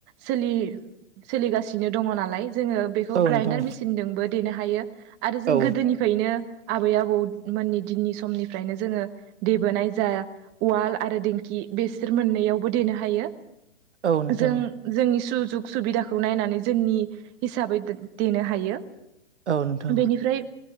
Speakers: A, on the right; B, on the right.
A: सोलिगासिनो सिनो दङ नालाय जोङो बेखौ
B: औ
A: ग्राइडार
B: नोंथां
A: मेसिनजोंबो देनो हायो आरो जों
B: औ
A: गोदोनिफ्रायनो आबै आबौ मोननि दिननि समनिफ्रायनो जोङो देबोनाय जा उवाल आरो दिंखि बेसोर मोननै यावबो देनो हायो
B: औ नोंथां
A: जों जोंनि सुजुग सुबि खौ नायनानै जोंनि हिसाबै दे-देनो हायो
B: औ नोंथां
A: बेनिफ्राय